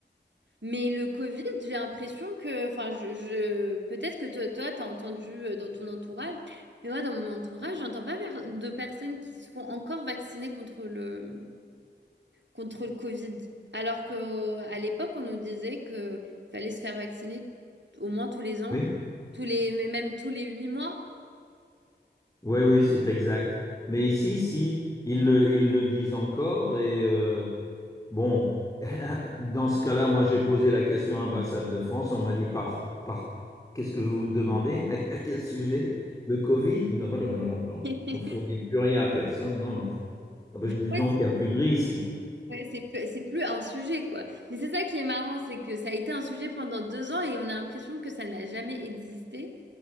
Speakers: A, on the right; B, on the left.
A: Mais le Covid, j'ai l'impression que, enfin, je, je- peut-être que toi, toi, t'as entendu euh, dans ton entourage, mais moi, dans mon entourage, j'entends pas per- de personnes qui se font encore vacciner contre le, contre le Covid. Alors que, euh, à l'époque, on nous disait que il fallait se faire vacciner au moins tous les ans,
B: Oui,
A: tous les, mais même tous les huit mois.
B: oui, oui, c'est exact. Mais ici, si, ils le, ils le disent encore. Et euh, bon, <laughs> dans ce cas-là, moi, j'ai posé la question à l'ambassade de France. On m'a dit par, par, qu'est-ce que vous demandez? <laughs> À, à quel sujet? Le Covid? Non, non, non, non.
A: <laughs>
B: On fournit plus rien à personne. Non, non. Ah ben je dis
A: Ouais,
B: donc, il n'y a plus de risque.
A: Ouais, c'est plus, c'est plus un sujet, quoi. Mais c'est ça qui est marrant, c'est que ça a été un sujet pendant deux ans et on a l'impression que ça n'a jamais existé.